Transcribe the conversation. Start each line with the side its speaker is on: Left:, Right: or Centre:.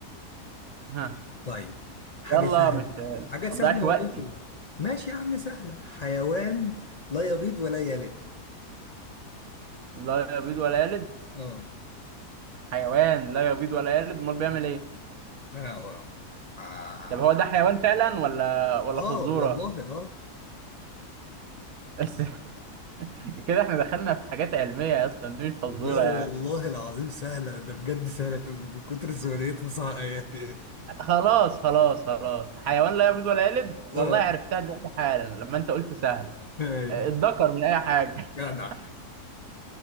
Right: ها
Left: طيب حاجة
Right: يلا
Left: سهلة
Right: مش ما
Left: حاجة سهلة
Right: تضيعش وقتي
Left: والله في الله. ماشي يا عم سهلة حيوان لا يبيض ولا يلد
Right: لا يبيض ولا يلد
Left: اه
Right: حيوان لا يبيض ولا يلد امال بيعمل
Left: آه.
Right: ايه
Left: آه آه
Right: طب هو ده حيوان فعلا ولا ولا
Left: آه،
Right: فزوره
Left: والله آه
Right: بس <laughs> كده احنا دخلنا في حاجات علميه يا اسطى دي مش فزوره
Left: لا والله
Right: يعني
Left: العظيم سهلة ده بجد سهلة طب من كتر سهولتها صعبة يعني
Right: خلاص خلاص خلاص حيوان لا يبيض ولا يلد والله
Left: آه
Right: عرفتها دلوقتي حالا لما انت قلت سهل
Left: أيوة.
Right: اتذكر من اي حاجه
Left: جدع
Right: <laughs>